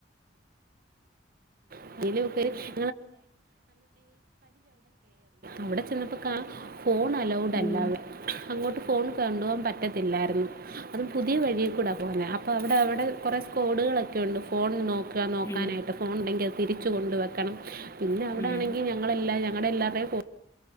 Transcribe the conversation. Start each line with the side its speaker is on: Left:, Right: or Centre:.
Right: <unintelligible> കേറി അവിടെ ചെന്നപ്പോ കാ ഫോൺ അലൗഡ് അല്ലാവെ
Left: ഉം
Right: അങ്ങോട്ട് ഫോൺ കോണ്ടു പോകാൻ പറ്റത്തില്ലായിരുന്നു അതും പുതിയ വഴി കൂടാ പോകുന്നെ അപ്പ അവിടെവിടെ കോറെ സ്കോഡുകളൊക്കെണ്ട് ഫോൺ നോ നോക്കാനായിട്ട്
Left: ഉം
Right: ഫോൺ ഉണ്ടെങ്കി അത് തിരിച്ച് കൊണ്ട് വെക്കണം പിന്നെ അവടെണെങ്കി
Left: ഉം
Right: ഞങ്ങളെല്ലാ ഞങ്ങളെല്ലാരുടെ കോ